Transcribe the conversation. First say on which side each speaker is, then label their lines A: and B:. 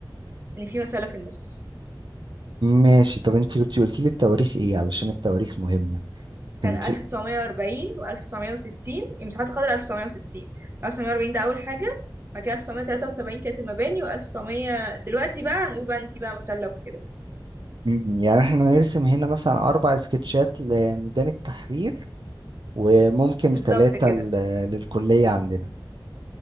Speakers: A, on the right; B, on the right.
A: إن فيه مسألة في النص
B: ماشي طب انت كنت قلتي لي التواريخ ايه علشان التواريخ مهمة
A: كان
B: كنت
A: 1940 و1960 مساحات خضراء 1960 1940 ده أول حاجة بعد كده 1973 كانت المباني و1900 دلوقتي بقى هنقول بقى إن فيه بقى مسلة وكده
B: مم، يعني احنا نرسم هنا مثلا اربع سكتشات لميدان التحرير وممكن
A: بالظبط
B: ثلاثة
A: كده
B: للكلية عندنا